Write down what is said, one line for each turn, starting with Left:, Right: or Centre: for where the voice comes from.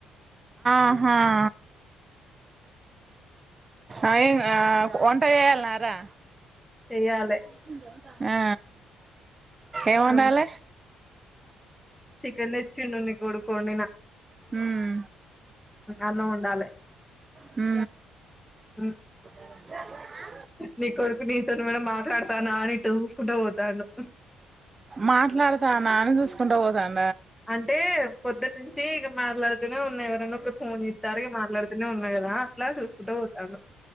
Right: ఆహా <inaudible> ఆ ఏంగ్ ఒంట చేయాలన్నారా
Centre: చెయ్యాలే
Right: <inaudible> ఆ ఏమంటాల
Centre: ఆ చికెన్ తెచ్చి ఉండండి మీ కొడుకు కోడి నా
Right: మ్మ్
Centre: అన్నండాలి
Right: హ
Centre: ఆ
Right: <inaudible>
Centre: నీ కొడుకు నీతోను మాట్లాడతాను అని చూసుకుంటే పోతాను
Right: మాట్లాడతాను అని చూస్త ఉండ పోతను
Centre: అంటే పొద్దు నుంచి ఇక మాట్లాడుతూనే ఉన్నాయి ఎవరని ఒక ఫోన్ ఇ తారికి మాట్లాడుతూనే ఉన్నాయి కదా అట్లా చూసుకుంటూ పోతాడు